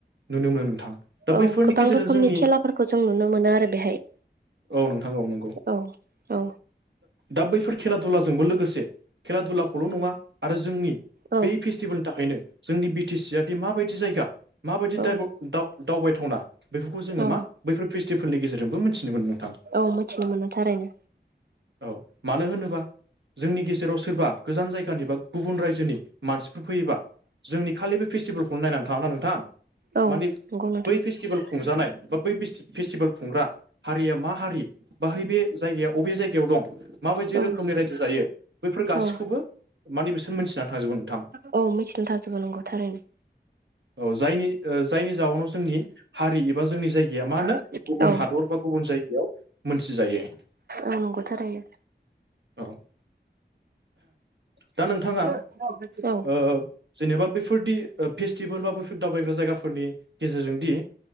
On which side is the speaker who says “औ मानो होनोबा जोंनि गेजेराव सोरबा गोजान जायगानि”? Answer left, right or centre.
Right